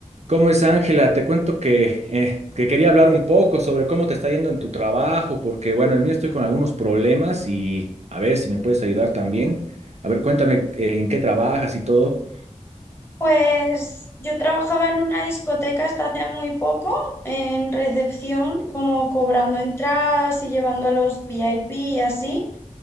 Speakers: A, on the right; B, on the left.
A: ¿Cómo es, Ángela? Te cuento que, eh, que quería hablar un poco sobre cómo te está yendo en tu trabajo, porque bueno, el mío estoy con algunos problemas y a ver si me puedes ayudar también. A ver, cuéntame eh, en qué trabajas y todo.
B: Pues yo trabajaba en una discoteca hasta hace muy poco, en recepción, como cobrando entradas y llevando a los VIP y así,